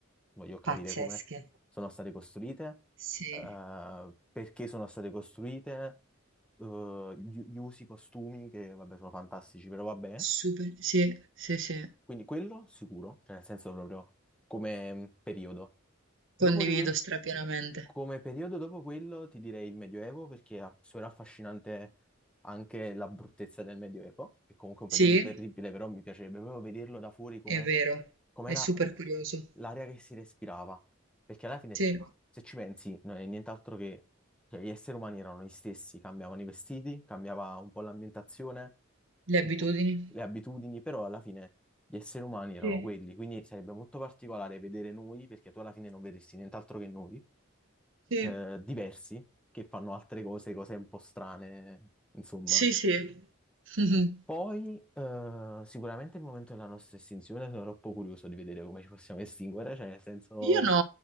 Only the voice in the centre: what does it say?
voglio capire
come sono state costruite,
eh, perché sono state costruite, eh, gli, gli usi, i costumi, che vabbè sono fantastici, però vabbè.
Quindi quello sicuro, cioè nel senso proprio come mh, periodo. Dopo
di que-
sì. Come periodo dopo quello ti direi il Medioevo perché è solo affascinante anche la bruttezza del Medioevo, che comunque
è un periodo terribile, però mi piacerebbe proprio vederlo da fuori come
com'era
l'aria che si respirava. Perché alla fine
se, se ci pensi non è nient'altro che cioè, gli esseri umani erano gli stessi, cambiavano i vestiti, cambiava un po' l'ambientazione,
un po' le abitudini, però alla fine gli esseri umani erano
quelli, quindi sarebbe molto particolare vedere noi, perché tu alla fine non vedresti nient'altro che noi,
eh, diversi, che fanno altre cose, cose un po' strane, insomma.
Poi, eh, sicuramente il momento della nostra estinzione, sono troppo curioso di vedere come ci possiamo estinguere, cioè, nel senso,